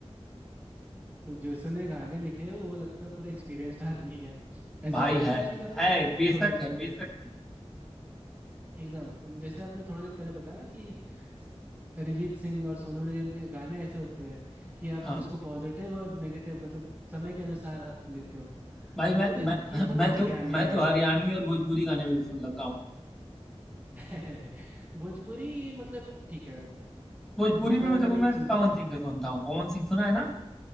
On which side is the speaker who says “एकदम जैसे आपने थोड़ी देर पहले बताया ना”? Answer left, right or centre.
Right